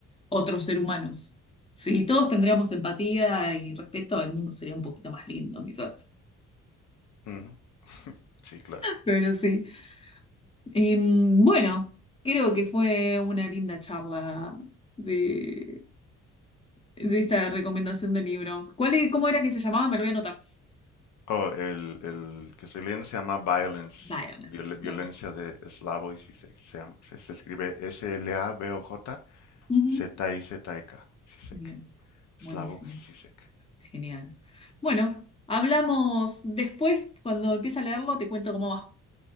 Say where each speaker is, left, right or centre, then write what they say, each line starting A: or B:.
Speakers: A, on the left (about 20°); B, on the left (about 70°).
A: otros seres humanos. Si todos tendríamos empatía y respeto, el mundo sería un poquito más lindo, quizás.
B: Uh -huh. Sí, claro.
A: Pero sí. Em, bueno, creo que fue una linda charla de, de esta recomendación de libro. ¿Cuál, es- cómo era que se llamaba? Me lo voy a anotar.
B: Oh, el, el, que estoy leyendo se llama Violence,
A: Violence,
B: viol, violencia
A: me gusta.
B: de Slavoj y si se, se, se, se escribe s l a V o j
A: Ujú.
B: Z I Z E K, Z-I-Z-E-K,
A: Bien, buenísimo.
B: Slavoj Zizek.
A: Genial. Bueno, hablamos después. Cuando empiece a leerlo, te cuento cómo va.